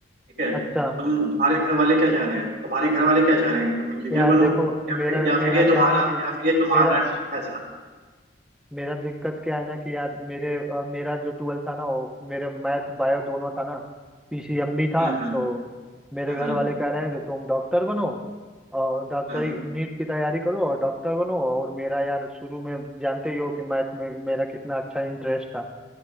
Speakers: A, on the right; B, in the centre.
A: ठीक है तो
B: अच्छा
A: तुम तुम्हारे घर वाले क्या चाह रहे हैं तुम्हारे घर वाले क्या चाह रहे हैं कि तुम इंजीनियर
B: यार
A: बनो
B: देखो
A: या
B: मेरा
A: फिर या
B: मेरा
A: फिर ये
B: क्या
A: तुम्हारा
B: है ना कि
A: या फिर ये तुम्हारा
B: मेरा
A: फैसला
B: मेरा दिक्कत क्या है ना कि यार मेरे अ, मेरा जो ट्वेल्थ था ना वो मेरे मैथ बायो दोनों था ना पीसीएम भी था
A: हम्म
B: तो मेरे
A: हम्म
B: घर वाले कह रहे हैं कि तुम डॉक्टर बनो और डॉक्टरी
A: हम्म हम्म,
B: नीट की तैयारी करो और डॉक्टर बनो और मेरा यार शुरू में जानते ही हो कि मैथ में मेरा कितना अच्छा इंटरेस्ट था